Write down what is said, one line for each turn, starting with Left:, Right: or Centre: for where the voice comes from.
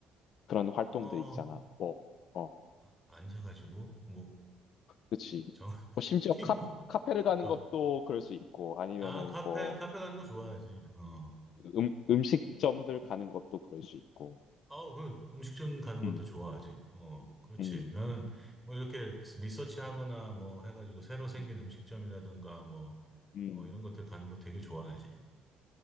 Left: 그런 활동들
Centre: 어
Left: 있잖아. 뭐 어,
Centre: 아, 앉아가지고 뭐
Left: 그치.
Centre: 정.
Left: 뭐
Centre: <laughs>
Left: 심지어
Centre: 게임을-
Left: 카, 카페를 가는
Centre: 어.
Left: 것도 그럴 수 있고, 아니면은
Centre: 아 카페
Left: 뭐
Centre: 카페 가는 거 좋아하지. 어.
Left: 음, 음식점들 가는 것도 그럴 수 있고.
Centre: 아, 그 음식점 가는 것도
Left: 음,
Centre: 좋아하지. 어, 그렇지.
Left: 음,
Centre: 나는 뭐 이렇게 리서치하거나 뭐 해가지고 새로 생긴
Left: 음,
Centre: 음식점이라든가 뭐
Left: 음.
Centre: 어, 이런 것들 가는 거 되게 좋아하지.